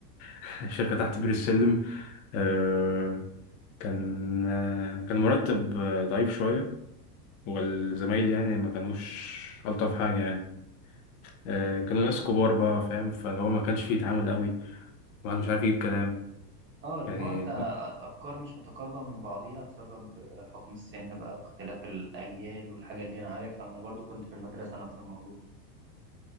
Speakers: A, on the left; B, on the right.
A: <laughs> شركة تحت بير السلم أه كان أه كان مرتب آه، ضعيف شوية والزمايل يعني ما كانوش ألطف حاجة يعني أه كانوا ناس كبار بقى فاهم فهو ما كانش فيه تعامل قوي الواحد مش عارف يجيب كلام
B: اه اللي
A: يعني
B: هو انت الافكار مش متقاربه من بعضيها بسبب حكم السن بقى واختلاف الاجيال والحاجات دي انا عارفها انا برضو كنت في المدرسه نفس الموضوع